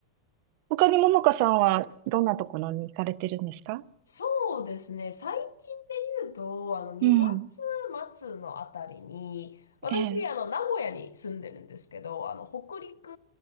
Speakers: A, on the right; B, on the left.
A: 他にももかさんはどんなところに行かれてるんですか
B: そうですね。最近で言うと、あの、2月
A: うん。
B: 末のあたりに、私、
A: ええ、
B: あの、名古屋に住んでるんですけど、あの、北陸、